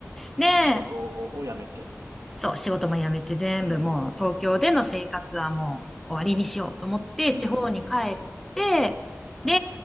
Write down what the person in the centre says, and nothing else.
で、
そう、仕事も辞めて全部もう東京での生活はもう終わりにしようと思って地方に帰って、
で、